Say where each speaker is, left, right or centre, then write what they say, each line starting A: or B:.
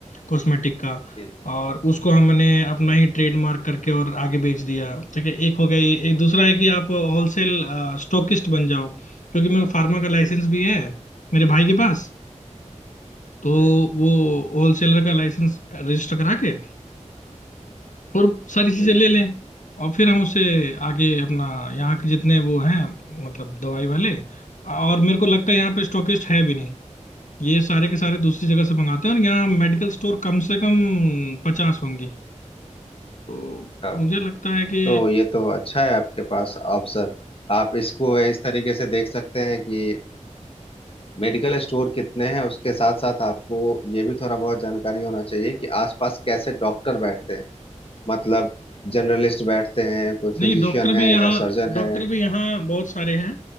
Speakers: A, on the left; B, on the left.
A: कॉस्मेटिक का
B: जी,
A: और उसको हमने अपना ही ट्रेडमार्क करके और आगे बेच दिया ठीक है एक हो गया ये एक दूसरा
B: जी,
A: है कि आप होलसेल स्टॉकिस्ट बन जाओ क्योंकि मेरा फार्मा का लाइसेंस भी है मेरे भाई के पास तो
B: जी,
A: वो होलसेलर का लाइसेंस रजिस्टर करा के और सारी चीजें
B: जी,
A: ले लें और फिर हम उसे आगे अपना यहाँ के जितने वो हैं मतलब दवाई वाले और मेरे को लगता है यहाँ पे स्टॉकिस्ट है भी नहीं ये सारे के सारे दूसरी जगह से मंगाते हैं और यहाँ मेडिकल स्टोर कम से कम पचास होंगे तो
B: अच्छा
A: मुझे लगता है कि
B: तो ये तो अच्छा है आपके पास ऑप्शन आप इसको इस तरीके से देख सकते हैं कि मेडिकल स्टोर कितने हैं उसके साथ साथ आपको ये भी थोड़ा बहुत जानकारी होना चाहिए कि आसपास कैसे डॉक्टर बैठते हैं मतलब जनरलिस्ट बैठते हैं कोई
A: नहीं
B: फिजिशियन
A: डॉक्टर भी
B: है
A: यहाँ
B: या सर्जन
A: डॉक्टर
B: है
A: भी यहाँ बहुत सारे हैं